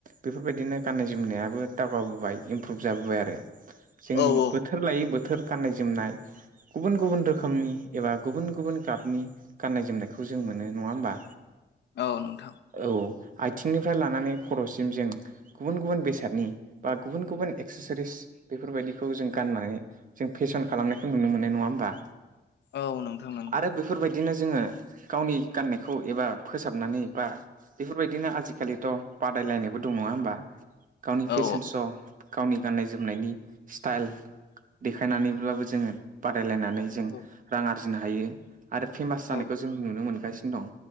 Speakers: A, on the right; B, on the left.
A: बेफोरबायदिनो गाननाय जोमनायाबो दावगाबोबाय इमप्रुभ जाबोबाय आरो जों
B: औ औ
A: बोथोर लायै बोथोर गाननाय जोमनाय गुबुन गुबुन रोखोमनि एबा गुबुन गुबुन गाबनि गाननाय जोमनायखौ जों मोनो नङा होमबा
B: औ नोंथां
A: औ आथिंनिफ्राय लानानै खर'सिम जों गुबुन गुबुन बेसादनि बा गुबुन गुबुन एक्सेसारिस बेफोरबायदिखौ जों गाननानै जों फेसन खालामनायखौ नुनो मोनो नङा होमबा
B: औ नोंथां नंगौ
A: आरो बेफोरबायदिनो जोङो गावनि गाननायखौ एबा फोसाबनानै बा बेफोरबायदिनो आजिखालिथ' बादायलायनायबो दं नङा होमबा गावनि फेशन
B: औ
A: श' गावनि गाननाय जोमनायनि स्टाइल देखायनानैब्लाबो जोङो बादायलायनानै जों
B: औ
A: रां आरजिनो हायो आरो फेमास जानायखौ
B: औ
A: जों नुनो मोनगासिनो दं